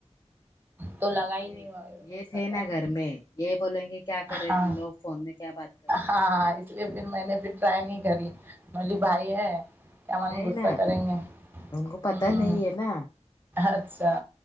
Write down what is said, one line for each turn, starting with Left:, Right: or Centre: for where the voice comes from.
Right: تو لگا ہی
Left: یہ
Right: نہیں ویسا
Left: یہ تھے
Right: کال
Left: نا گھر میں یہ بولیں گے کیا کر رہے
Right: ہاں
Left: تم لوگ فون میں کیا بات کر رہے
Right: ہاں ہاں اس لیے پھر میں نے فر ٹرائی نہیں کری میں بولی بھائی ہے کیا من
Left: نہیں
Right: غصہ
Left: نہ
Right: کریں گے
Left: ان کو پتہ
Right: ہوں
Left: نہیں ہے نا
Right: اچھا